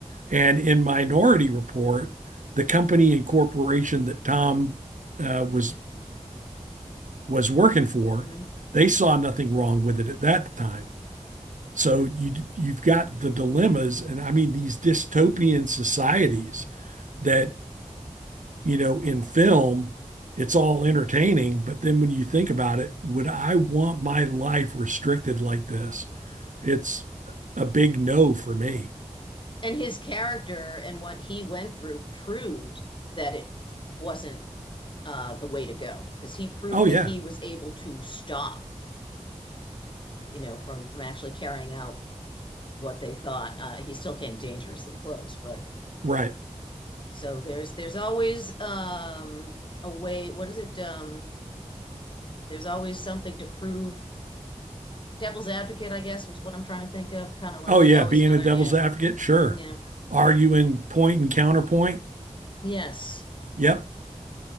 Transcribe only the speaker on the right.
And in Minority Report, the company and corporation that Tom uh, was was working
for,
they saw nothing wrong with it at that time. So you you've got the dilemmas, and I mean these dystopian societies that you know in film it's all entertaining, but then when you think about it, would I want my life restricted like this? it's a big no for me.
Oh
yeah,
right.
Oh
yeah,
being
a devil's
advocate, sure.
Arguing point and counterpoint.
Yep,